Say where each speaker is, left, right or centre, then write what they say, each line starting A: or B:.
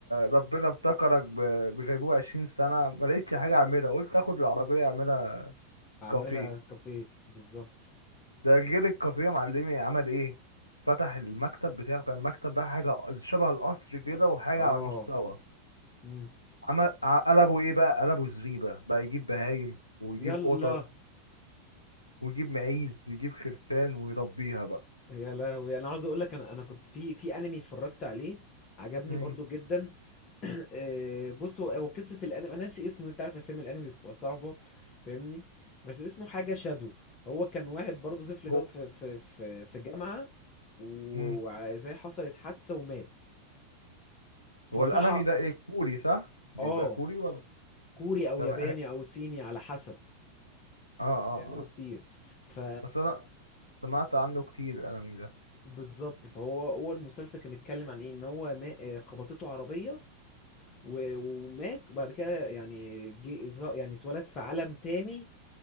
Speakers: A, on the left (about 85°); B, on the left (about 30°).
A: ربنا افتكرك ب- بغيبوبة 20 سنة ما لقيتش حاجة اعملها قلت اخد العربية اعملها
B: عاملها
A: كافيه
B: كافيه بالظبط
A: ده غير الكافيه معلمي عمل ايه فتح المكتب بتاعه كان مكتب بقى حاجة شبه القصر كده وحاجة
B: اه
A: على مستوى
B: امم
A: عمل ع- قلبه ايه بقى قلبه زريبة بقى يجيب بهايم ويجيب
B: يلا
A: قطط ويجيب معيز ويجيب خرفان ويربيها بقى
B: يا لهوي انا عاوز اقول لك انا انا كنت في في انمي اتفرجت عليه عجبني
A: مم.
B: برضو جدا <clears throat> آه، بص هو هو قصه الانمي انا ناسي اسمه انت عارف اسامي الانمي بتبقى صعبه فاهمني بس اسمه حاجه شادو هو كان واحد برضو طفل
A: هو
B: جوت في في في في جامعه و-
A: مم.
B: وزي حصلت حادثه ومات فصحى
A: هو الانمي ده ايه كوري صح بيبقى
B: اه
A: كوري ولا
B: كوري او
A: تمام
B: ياباني
A: اه
B: او صيني على حسب
A: اه اه
B: بيعملوا كتير ف
A: بس انا سمعت عنه كتير الانمي ده
B: بالظبط فهو هو المسلسل كان بيتكلم عن ايه ان هو ما- آه، خبطته عربيه و- ومات وبعد كده يعني جه ظا- يعني اتولد في عالم تاني